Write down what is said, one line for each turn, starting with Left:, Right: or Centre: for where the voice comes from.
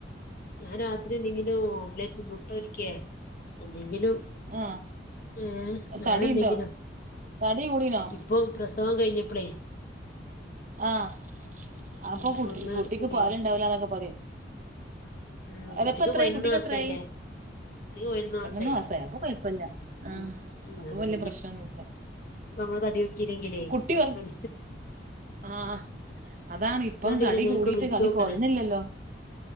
Left: ഞാൻ രാത്രി എന്തെങ്കിലും ഓംലറ്റിന് മുട്ടൊരിക്കേ എന്തെങ്കിലും
Right: ആഹ്
Left: ഉംഹ് അങ്ങനെന്തെങ്കിലും
Right: തടിണ്ടോ തടി കൂടീനോ
Left: ഇ പ്പം പ്രസവം കഴിഞ്ഞപ്പളേ
Right: ആഹ്
Left: ഉം
Right: അപ്പകുട്ടി
Left: ഒന്ന്
Right: കുട്ടിക്ക്
Left: കൂടിക്ക്ണ്
Right: പാലിണ്ടാവ്ലാന്നൊക്ക പറിം
Left: ഉം
Right: അതിപ്പെത്രേയ്
Left: കുട്ടിക്ക് പതിനൊന്ന്
Right: കുട്ടിക്കെത്രേയി.
Left: മാസായില്ലേ കുട്ടിക്ക് പതിനൊന്ന്
Right: രണ്ടൂന്ന്
Left: മാസായി
Right: മാസായൊ അപ്പൊ കൊയ്പ്പല്ല
Left: ഉം
Right: ആഹ്
Left: ഉം
Right: അപ്പൊ
Left: അതിന്
Right: വല്ല്യ
Left: ഇഞ്ഞ്
Right: പ്രശ്നൊന്നുല്ല.
Left: നമ്മള് തടി വെച്ചീലെങ്കിലേ
Right: കുട്ടി
Left: കൊയ്പ്പൺ
Right: ഒർ ആഹ് അതാണ് ഇപ്പം
Left: ഞാൻ
Right: തടി
Left: ഇങ്ങക്ക്
Right: കൂടീട്ട്
Left: വിളിച്ചോക്കാണ്
Right: തടി കൊറീണില്ലല്ലോ.